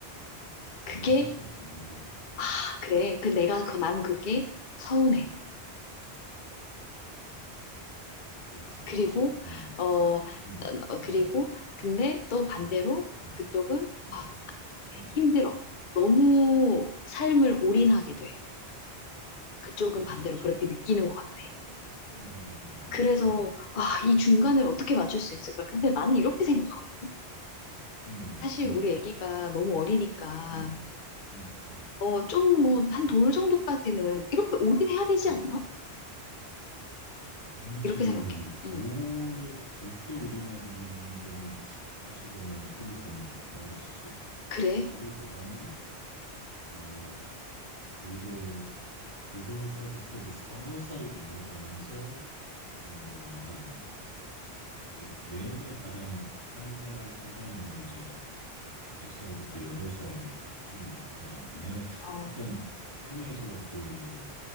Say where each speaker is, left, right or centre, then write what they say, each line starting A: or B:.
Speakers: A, on the left; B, on the left.
A: 전형적이네,
B: 그게,
A: 전형적. 어,
B: 아, 그래. 그 내가, 그, 난 그게 서운해.
A: 그렇지,
B: 그리고,
A: 그렇지. 어,
B: 어,
A: 음,
B: 나- 어, 그리고,
A: 음, 음,
B: 근데 또 반대로
A: 음, 음,
B: 그쪽은,
A: 음,
B: 아,
A: 음.
B: 힘들어. 너무 삶을 올인하게 돼. 그쪽은
A: 그렇지,
B: 반대로
A: 그렇지.
B: 그렇게 느끼는
A: 음.
B: 것 같아.
A: 어, 어,
B: 그래서,
A: 어, 어.
B: 아, 이 중간을 어떻게
A: 음.
B: 맞출 수 있을까? 근데 나는 이렇게 생각하거든.
A: 음,
B: 사실
A: 음,
B: 우리 아기가 너무 어리니까,
A: 음, 음, 음,
B: 어, 좀 뭐, 한 돌 정도까지는 이렇게 올인해야 되지
A: 음.
B: 않나?
A: 아니지.
B: 이렇게 생각해.
A: 돌에,
B: 응.
A: 돌대 오리나경에 있는 거는 사실은 효율성이 좀 떨어지지.
B: 그래?
A: 돌보다는, 어, 두 돌, 두 돌서부터 이제 서서히 올려가면서, 어, 한, 이제 뇌가 가장 활발할 때가 뭐 이제 다섯 살부터 여덟 살 뭐 그쯤이니까. 내가
B: 어,
A: 일단 해외에서 그